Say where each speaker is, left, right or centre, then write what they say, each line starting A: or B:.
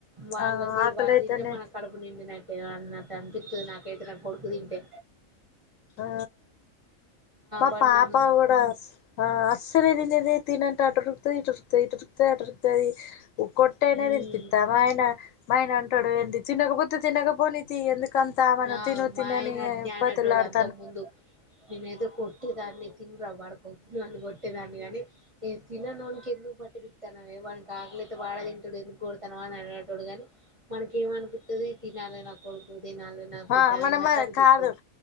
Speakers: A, on the right; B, on the left.
A: వాళ్ళది
B: ఆ ఆకలైతేనే
A: వాళ్లు దింటే మన కడుపు నిండిన అన్నట్ అనిపిత్తది నాకైతే నా కొడుకుదింటే
B: ఆ మా
A: వాడు
B: పాప
A: నమ్
B: గుడా అస్సల్ త్రిన్లేదే త అంటా ఆటుకుతా ఇటురుకుతా ఇటురుుకుతా అడురుకుతాది కొట్ట అయినా
A: మ్మ్
B: తినిపితినిస్తావా అయిన మా ఆయన తడే ఎంటిచ్చి నేకపోతె తినకపోనీతియ్ ఎందుకు కంతావనం
A: ఆ
B: తిను తినని
A: మా ఆయన అట్నే అనేటోడు
B: బతిమలాడు
A: ముందు నిను ఏదో కొట్టేదాన్ అది తిన్రా బాడుకోవ్ తిిన అని కొట్టేదాన్ని గాని ఏ తిననోనిక్ ఎందుకు పట్టి నవే వాని ఆకలియితే వాడ తింటాడు ఎందుకు కొడతనవ అని అడగడు కాని మనక ఏమ అనిపిస్తది తినాలి నా కొడుకు తినాలి నా
B: ఆ
A: బిడ్డ
B: మనమ
A: అన్నట్టు అనిపిత్తది
B: కాదు